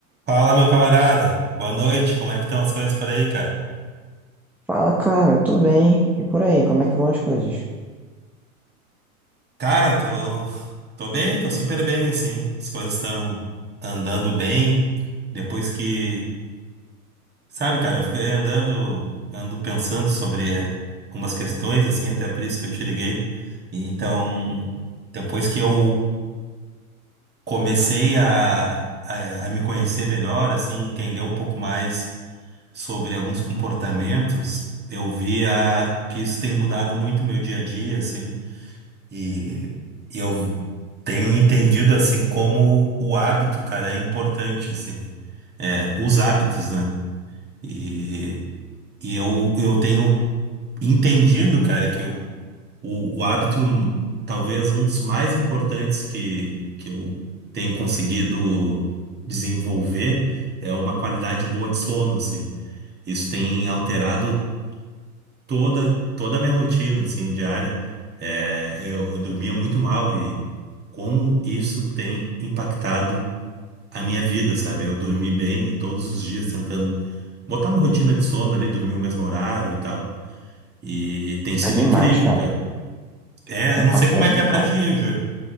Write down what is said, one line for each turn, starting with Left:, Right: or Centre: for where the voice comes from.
Right: Fala, meu camarada. Boa noite. Como é que estão as coisas por aí, cara?
Centre: Fala, cara, tô bem. E por aí, como é que vão as coisas?
Right: Cara, tô tô bem, tô super bem assim. As coisas estão andando bem. Depois que, sabe, cara, eu fiquei andando ando pensando sobre umas questões assim, até por isso que eu te liguei. E Então, depois que eu comecei a a, a me conhecer melhor, assim, entender um pouco mais sobre alguns comportamentos, eu vi a, que isso tem mudado muito o meu dia a dia, assim. E, e eu tenho entendido assim como o hábito, cara, é importante, assim. É, os hábitos, né? E, e eu, eu tenho entendido, cara, que o, o, o hábito, talvez um dos mais importantes que, que eu tenho conseguido desenvolver, é uma qualidade boa de sono, assim. Isso tem alterado toda toda a minha rotina assim diária é, eu, eu dormia muito mal e como isso tem impactado a minha vida sabe eu dormi bem e todos os dias tentando botar uma rotina de sono ali dormir o mesmo horário e tal e, tem sido
Centre: Tá demais,
Right: incrível
Centre: cara.
Right: cara é
Centre: Impacta
Right: eu não sei como é
Centre: demais.
Right: que é pra ti Júlio